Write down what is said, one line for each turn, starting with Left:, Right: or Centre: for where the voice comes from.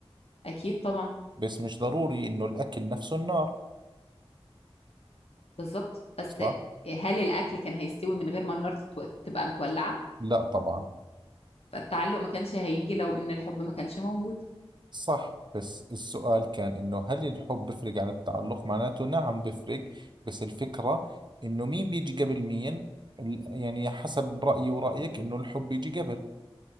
Left: اكيد طبعا
Right: بس مش ضروري انه الاكل نفسه النار
Left: بالظبط بس
Right: صح
Left: هل الاكل كان هيستوي من غير ما النار تتو- تبقى متولعه
Right: لا طبعا
Left: فالتعلق ما كانش هيجي لو ان الحب ما كانش موجود
Right: صح بس السؤال كان انه هل الحب بفرق عن التعلق معناته نعم بفرق بس الفكرة انه مين بيجي قبل مين ال- يعني حسب رأيي ورأيك انه الحب بيجي قبل